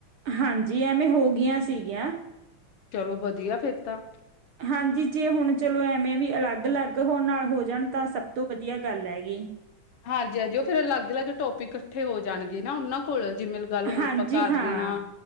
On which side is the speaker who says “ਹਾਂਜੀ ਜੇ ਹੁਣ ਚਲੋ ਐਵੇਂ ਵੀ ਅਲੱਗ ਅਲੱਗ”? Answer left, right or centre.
Right